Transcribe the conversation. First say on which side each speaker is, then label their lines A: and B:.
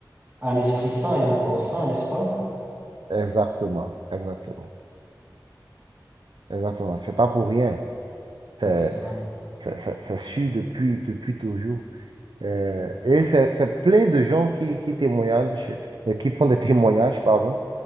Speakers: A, on the right; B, on the right.
A: un esprit sain et un corps sain, n'est-ce pas?
B: exactement, exactement, exactement. C'est pas pour rien. C'est
A: Ex- ouais,
B: c'est- c'est- c'est su depuis, depuis toujours. Euh, et c'est c'est plein de gens qui, qui témoignent, euh, qui font des témoignages, pardon,